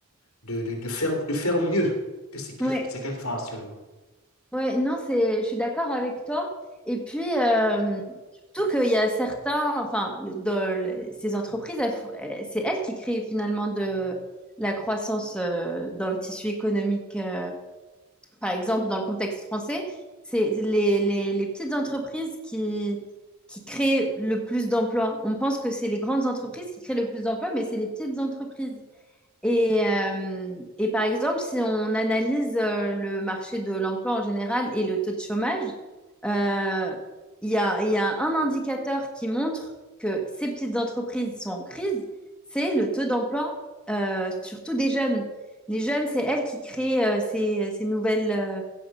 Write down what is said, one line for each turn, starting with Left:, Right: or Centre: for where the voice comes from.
Left: de, de, de faire, de faire mieux que ce qu'ils
Centre: Oui.
Left: font- ce qu'elles font actuellement.
Centre: Ouais, non, c'est, je suis d'accord avec toi. Et puis, euh, surtout qu'il y a certains, enfin, le- dans le- ces entreprises, elles fo- elles- c'est elles qui créent finalement de la croissance euh, dans le tissu économique. euh. par exemple, dans le contexte français, c'est les, les, les petites entreprises qui, qui créent le plus d'emplois. On pense que c'est les grandes entreprises qui créent le plus d'emplois, mais c'est les petites entreprises. Et, euh, et par exemple, si on analyse euh, le marché de l'emploi en général et le taux de chômage, euh, il y a, il y a un indicateur qui montre que ces petites entreprises sont en crise, c'est le taux d'emploi, euh, surtout des jeunes. Les jeunes, c'est elles qui créent euh, ces, ces nouvelles, euh,